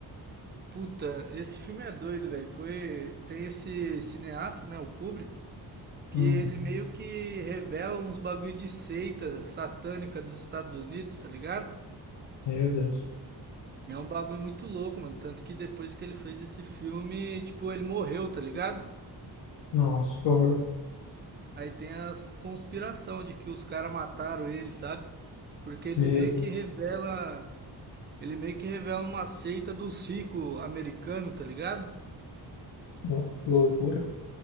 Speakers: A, on the right; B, on the left.
A: Puta, esse filme é doido, velho. Foi. Tem esse cineasta, né? O Kubrick, que
B: Hum.
A: ele meio que revela uns bagulho de seita satânica dos Estados Unidos, tá ligado?
B: Meu Deus.
A: É um bagulho muito louco, mano. Tanto que depois que ele fez esse filme, tipo, ele morreu, tá ligado?
B: Nossa, que horror.
A: Aí tem as conspiração de que os caras mataram ele, sabe? Porque ele
B: Meu
A: meio
B: Deus.
A: que revela. Ele meio que revela uma seita dos ricos americanos, tá ligado?
B: No- que loucura.